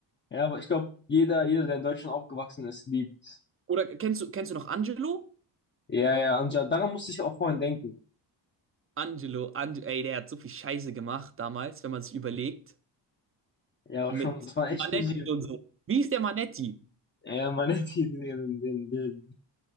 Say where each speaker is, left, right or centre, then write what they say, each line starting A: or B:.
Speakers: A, on the left (about 25°); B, on the right (about 30°).
A: Ja, aber ich glaube, jeder, jeder, der in Deutschland aufgewachsen ist, liebt.
B: Oder kennst du, kennst du noch Angelo?
A: Ja, ja, Anja, daran musste ich auch vorhin denken.
B: Angelo, Ange ey, der hat so viel Scheiße gemacht damals, wenn man sich überlegt.
A: Ja, aber
B: Mit
A: schon, das war
B: Manetti
A: echt gute Serie.
B: und so. Wie ist der Manetti?
A: Ja, meine, <laughs> die, die, die, die.